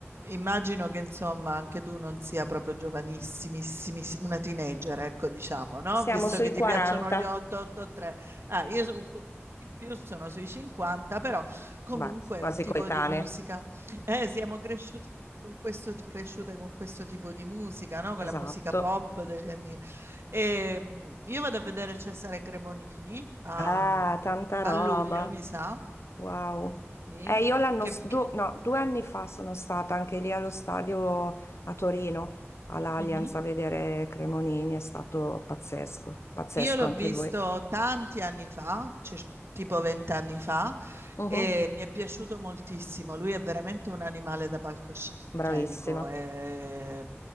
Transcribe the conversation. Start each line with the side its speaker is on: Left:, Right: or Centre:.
Right: immagino che insomma anche tu non sia proprio giovanissimissimi, una teenager, ecco diciamo, no?
Left: Siamo
Right: Visto
Left: sui
Right: che ti
Left: 40,
Right: piacciono gli 883. Ah, io sono un pochino di più, sono sui 50, però comunque
Left: beh, quasi
Right: è un tipo
Left: coetanee,
Right: di musica. Eh, siamo cresciuti con questo, ti- cresciute con questo tipo di musica, no? Con
Left: esatto.
Right: la musica pop degli anni. E, mh, io vado a vedere Cesare Cremonini a,
Left: Ah, tanta
Right: a
Left: roba,
Right: luglio, mi sa,
Left: wow.
Right: sì,
Left: E io l'anno,
Right: che-
Left: s- du-
Right: che-
Left: no, due anni fa sono stata anche lì allo stadio a Torino, all'Allianz
Right: mhm.
Left: a vedere Cremonini, è stato pazzesco, pazzesco
Right: Io l'ho
Left: anche
Right: visto
Left: lui.
Right: tanti anni fa, cioè, tipo vent'anni fa,
Left: Mhm,
Right: e mi è piaciuto moltissimo. Lui è veramente un animale da palcoscenico,
Left: Bravissima.
Right: è